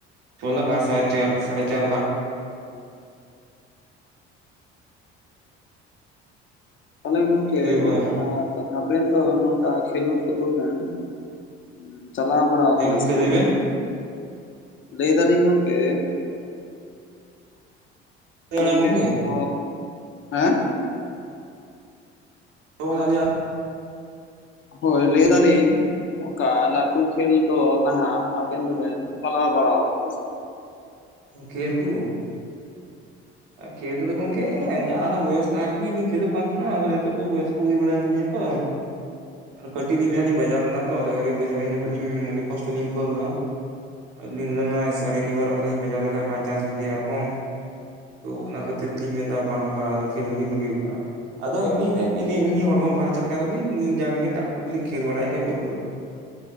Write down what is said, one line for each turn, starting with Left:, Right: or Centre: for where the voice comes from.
Right: ᱪᱷᱚ ᱞᱟᱠᱷ ᱟᱨ ᱥᱟᱲᱮ ᱪᱟᱨ ᱥᱟᱲᱮ ᱪᱟᱨ ᱞᱟᱠᱷ᱾
Left: ᱛᱟᱞᱦᱮ ᱜᱚᱝᱠᱮ
Right: ᱦᱩᱭ ᱵᱟᱲᱟᱜ
Left: ᱟᱨ ᱛᱚ ᱟᱵᱮᱱ ᱫᱚ ᱱᱚᱝᱠᱟ ᱠᱷᱮᱞᱳᱰ ᱠᱚᱫᱚ ᱵᱮᱱ ᱩᱸ ᱪᱟᱞᱟᱣ ᱵᱟᱲᱟᱣ
Right: ᱦᱮᱸ
Left: ᱠᱟᱱᱟ
Right: ᱜᱚᱝᱠᱮ
Left: ᱥᱮ ᱵᱟᱝ?
Right: ᱞᱟᱹᱭ ᱵᱮᱱ
Left: ᱞᱟᱹᱭ ᱫᱟᱞᱤᱧ ᱜᱚᱝᱠᱮ ᱵᱚᱞ
Right: ᱟᱲᱟᱝ
Left: ᱠᱷᱮᱞ
Right: ᱜᱚᱝᱠᱮ
Left: ᱠᱚᱫᱚ, ᱦᱮᱸ?
Right: ᱟᱸᱡᱚᱢᱚᱜ ᱠᱟᱱᱟ ᱫᱞᱤᱧᱟᱜ
Left: ᱦᱳᱭ ᱞᱟᱹᱭ ᱫᱟᱞᱤᱧ ᱱᱚᱝᱠᱟ ᱞᱟᱹᱴᱷᱩ ᱠᱷᱮᱞ ᱫᱚ ᱱᱟᱦᱟᱜ ᱟᱵᱮᱱ ᱫᱚᱵᱮᱱ ᱯᱟᱞᱟᱣ ᱵᱟᱲᱟᱣ ᱠᱟᱱᱟ ᱥᱮ ᱵᱟᱝ?
Right: ᱠᱷᱮᱞ ᱠᱩ? ᱠᱷᱮᱞ ᱠᱚᱫᱚ ᱜᱚᱝᱠᱮ ᱡᱟ ᱚᱱᱟ ᱵᱚᱭᱚᱥ ᱛᱟᱸᱦᱮ ᱨᱮᱜᱮ ᱞᱤᱧ ᱠᱷᱮᱞᱳᱜ ᱠᱟᱱ ᱛᱟᱦᱮᱱᱟ ᱟᱫᱚ ᱱᱤᱛᱚᱜ ᱫᱚ ᱵᱚᱭᱚᱥ ᱠᱚ ᱦᱩᱭ ᱵᱟᱲᱟᱭᱮᱱ ᱛᱟᱹᱞᱤᱧᱟ ᱛᱚ
Left: <inaudible>
Right: ᱟᱨ ᱠᱟᱹᱴᱤᱡ ᱞᱤᱧ ᱢᱤᱫᱷᱟᱣ ᱞᱤᱧ ᱵᱟᱡᱟᱣ ᱞᱮᱱᱟ ᱛᱚ ᱟᱫᱚ ᱟᱹᱰᱤ ᱜᱚᱡᱚᱜᱼᱤᱧ ᱩᱱ ᱡᱚᱠᱷᱚᱡ ᱞᱤᱧ ᱟᱹᱰᱤ ᱠᱚᱥᱴᱚ ᱞᱤᱧ ᱟᱹᱭᱠᱟᱣ ᱞᱮᱫᱟ᱾ <unintelligible> ᱥᱟᱨᱤ ᱱᱤᱭᱟ ᱵᱟᱨ ᱟᱨ ᱦᱚᱸ ᱞᱤᱧ ᱵᱟᱡᱟᱣ ᱞᱮᱝᱠᱷᱟᱡ ᱵᱟᱭ ᱪᱟᱱᱥ ᱡᱩᱫᱤ ᱟᱨᱦᱚᱸ ᱛᱚ ᱚᱱᱟ ᱠᱷᱟᱹᱛᱤᱨ ᱛᱮᱞᱤᱧ ᱢᱮᱱᱫᱟ ᱵᱟᱝ ᱵᱟᱝ ᱟᱫᱚ ᱠᱷᱮᱞ ᱫᱚᱞᱤᱧ ᱵᱟᱹᱜᱤᱣ ᱠᱟᱜᱼᱟ᱾ ᱟᱫᱚ ᱮᱢᱱᱤ ᱤᱱᱟᱹ ᱮᱢᱱᱤ ᱦᱚᱲᱢᱚ ᱯᱷᱟᱨᱪᱟ ᱞᱮᱠᱟ ᱫᱩᱞᱤᱧ ᱡᱟ ᱜᱮᱞᱤᱧ ᱴᱟᱠ ᱴᱩᱠ ᱞᱤᱧ ᱠᱷᱮᱞ ᱵᱟᱲᱟᱭ ᱜᱮᱭᱟ ᱵᱚᱞ ᱠᱚ ᱫᱚ᱾